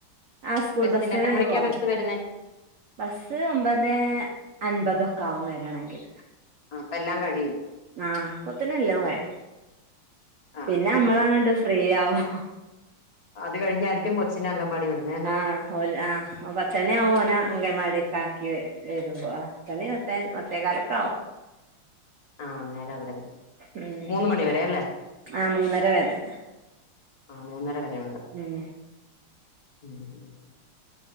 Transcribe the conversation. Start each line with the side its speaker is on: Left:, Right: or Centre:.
Right: ആഹ് സ്കൂൾ
Left: ബസ്സിന്
Right: ബസ്സ്നെന്നെ
Left: എത്ര മണിക്കാ
Right: പോവല്.
Left: ബസ് വരുന്നേ
Right: ബസ്സ് ഒമ്പതെ അൻമ്പതൊക്കെ ആവും വര്ണെങ്കിൽ.
Left: ആഹ് അപ്പ എല്ലാം കഴിയും
Right: ആഹ് അപ്പോത്തിന് എല്ലും കഴിയും
Left: ആ
Right: പിന്നെ നമ്മളങ്ങണ്ട്
Left: ആ
Right: ഫ്രീയാവും
Left: അത് കഴിഞ്ഞായിരിക്കും കൊച്ചിനേ അങ്കമ്പാടി വിടുന്നെ അല്ലെ
Right: ആഹ് ഓല് ആഹ് പത്തെണി ആവും ഓനെ അംഗൽവാടി കാക്കി വരുമ്പോ ആഹ് ത്തണി പത്തേകാലക്കാവും
Left: ആഹ് അന്നേരം അവിടെന്ന്
Right: ഉം
Left: മൂന്ന് മണി വരെ അല്ലേ
Right: ആഹ് മൂന്നര വരെ
Left: ആഹ് മൂന്നര വരേ ഉണ്ട്
Right: ഉം
Left: <inaudible>